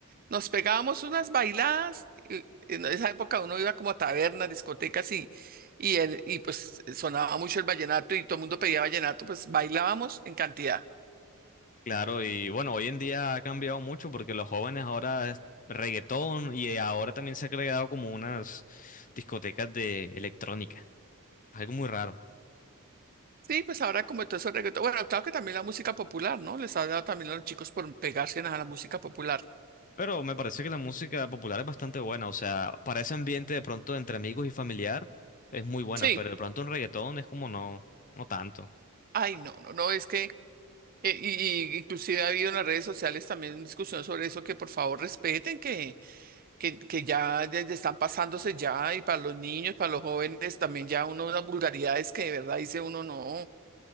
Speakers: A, on the right; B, on the left.
A: nos pegábamos unas bailadas. y en esa época uno iba como a tabernas, discotecas y, y, el- y pues sonaba mucho el vallenato y todo el mundo pedía vallenato, pues bailábamos en cantidad.
B: Claro, y bueno, hoy en día ha cambiado mucho porque los jóvenes ahora es reggaetón y ahora también se ha creado como unas discotecas de electrónica. Algo muy raro.
A: Sí, pues ahora como todo eso reggaetón, bueno, claro que también la música popular, ¿no? Les ha dado también a los chicos por pegarse a la música popular.
B: Pero me parece que la música popular es bastante buena. O sea, para ese ambiente de pronto entre amigos y familiar es muy buena,
A: Sí,
B: pero de pronto un reggaetón es como no, no tanto.
A: ay, no, no, no, es que, eh, y, y- inclusive ha habido en las redes sociales también discusión sobre eso, que por favor respeten, que, que, que ya, ya- ya están pasándose ya, y para los niños, para los jóvenes, también ya uno, unas vulgaridades que de verdad dice uno no. O